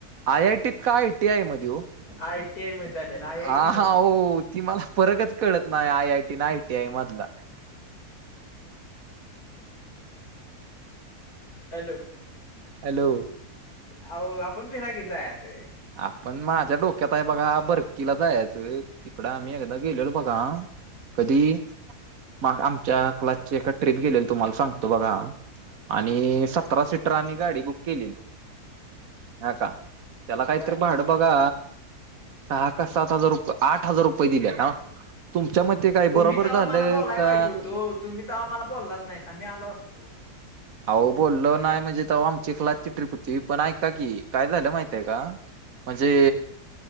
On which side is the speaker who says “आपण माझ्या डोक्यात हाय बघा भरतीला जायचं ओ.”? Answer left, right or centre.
Right